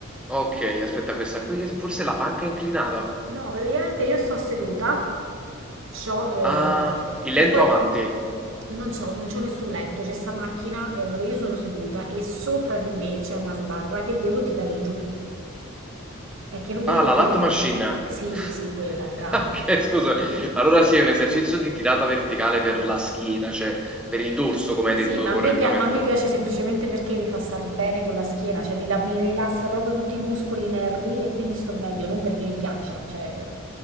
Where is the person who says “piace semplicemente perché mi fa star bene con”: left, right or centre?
Right